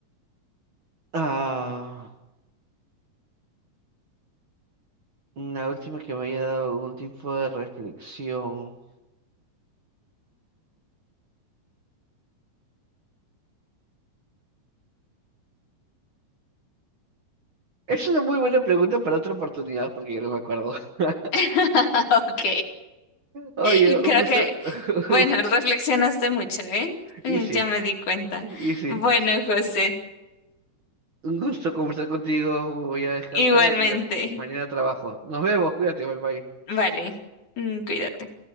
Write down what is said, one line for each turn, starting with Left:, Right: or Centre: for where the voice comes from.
Right: Ah, una última que me haya dado algún tipo de reflexión. Es una muy buena pregunta para otra oportunidad porque yo no me acuerdo. <laughs>
Left: <laughs> Ok.
Right: Oye,
Left: <laughs>
Right: un
Left: Creo
Right: gusto.
Left: que,
Right: <laughs>
Left: bueno, reflexionaste mucho, ¿eh? Eh,
Right: Y sí,
Left: Ya me di cuenta.
Right: y sí.
Left: Bueno, José,
Right: Un gusto conversar contigo. Voy a descansar
Left: igualmente.
Right: y mañana trabajo. Nos vemos, cuídate, bye bye.
Left: Vale, Mm, cuídate.